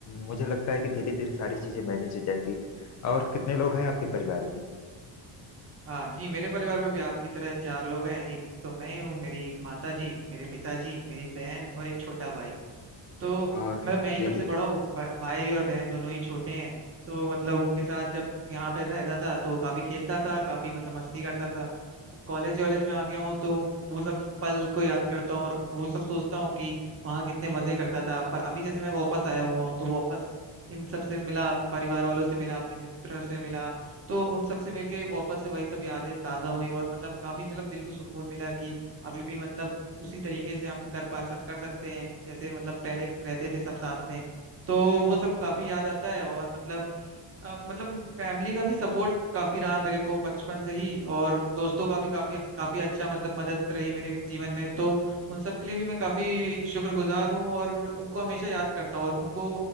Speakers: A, on the left; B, on the right.
A: मुझे लगता है कि धीरे धीरे सारी चीजें मैनेज हो जाएंगी और कितने लोग हैं आपके परिवार में
B: हाँ जी मेरे परिवार में भी आपकी तरह चार लोग हैं एक तो मैं ही हूँ मेरी माता जी मेरे पिताजी मेरी बहन और एक छोटा भाई तो
A: हाँ
B: मतलब मैं ही
A: जी
B: सबसे
A: जी
B: बड़ा हूँ भा, भाई और बहन दोनों ही छोटे हैं तो मतलब उनके साथ जब यहाँ पे रहता था तो काफी खेलता था काफी मतलब मस्ती करता था कॉलेज वॉलेज में आ गया हूँ तो उन- वो सब पल को याद करता हूँ और वो सब सोचता हूँ कि वहाँ कितने मजे करता था पर अभी जैसे मैं वापस आया हुआ हूँ तो वापस इन सब से मिला परिवार वालों से मिला अपने मित्र से मिला तो उन सब से मिलके वापस से वही सब यादें ताजा हुई और मतलब काफी मतलब दिल को सुकून मिला कि अभी भी मतलब उसी तरीके से हम कर पा सक कर सकते हैं जैसे मतलब पहले रहते थे सब साथ में तो वो सब काफी याद आता है और मतलब अ, मतलब फैमिली का भी सपोर्ट काफी रहा मेरे को बचपन से ही और दोस्तों का भी काफी काफी अच्छा मतलब मदद रही मेरे जीवन में तो उन सब के लिए भी मैं काफी शुक्रगुजार हूँ और उनको हमेशा याद करता हूँ और उनको